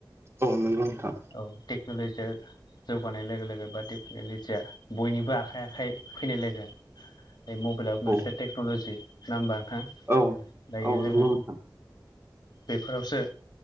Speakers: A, on the right; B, on the left.
A: औ नोंगौ नोंथां।
B: औ टेक्न'ल'जिया जौगानाय लोगो लोगो बा टेक्न'लजिया बयनिबो आखाइ आखाइ फैनाय लोगो बे मबेइलाबो मोनसे
A: औ
B: टेक्न'लजि नङा होनबा नोंथां?
A: औ
B: दायो
A: औ
B: जोङो
A: नंगौ नोंथां
B: बेफोरावसो